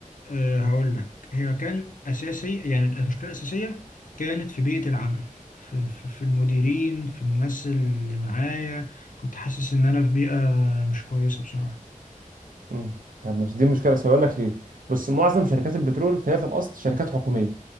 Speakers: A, on the left (about 70°); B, on the right (about 80°).
A: أه هقول لك هي كان أساسي يعني المشكلة الأساسية كانت في بيئة العمل في, في, في المديرين في الناس اللي معايا كنت حاسس إن أنا في بيئة مش كويسة بصراحة
B: مم. طب مش دي مشكله سؤالك ليه بس معظم شركات البترول فهي في الاصل شركات حكوميه